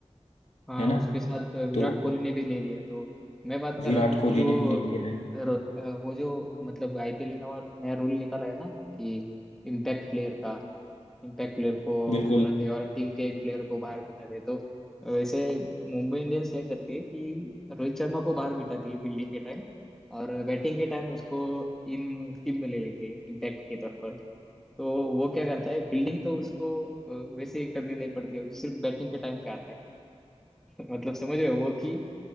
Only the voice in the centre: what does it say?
हाँ
उसके साथ विराट
कोहली ने भी ले लिया तो मैं बात कर
रहा था कि
वो
रो- अ, वो जो मतलब आईपीएल ने नवा- नया रूल निकाला है ना कि इम्पैक्ट प्लेयर का इम्पैक्ट प्लेयर को
बुलाते हैं और टीम के एक प्लेयर को बाहर बिठाते हैं तो वैसे मुंबई इंडियंस क्या करती है कि रोहित शर्मा को बाहर बिठाती है फील्डिंग के टाइम और बैटिंग के टाइम उसको इन टीम में ले लेती है इम्पैक्ट के तौर पर तो वो क्या करता है फील्डिंग तो उसको अ, वैसे ही करनी नहीं पड़ती है सिर्फ बैटिंग के टाइम पे आता है <laughs> मतलब समझ रहे हो वो कि